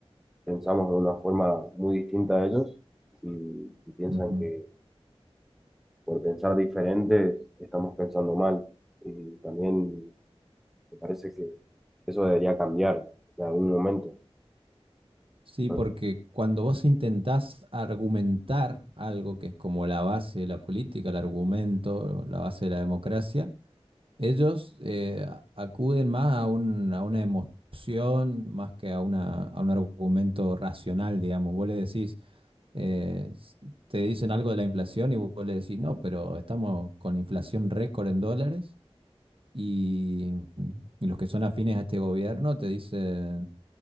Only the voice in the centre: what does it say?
pensamos de una forma muy distinta a ellos y, y piensan
que por pensar diferente estamos pensando mal. Y también Me parece que eso debería cambiar en algún momento.
Pero,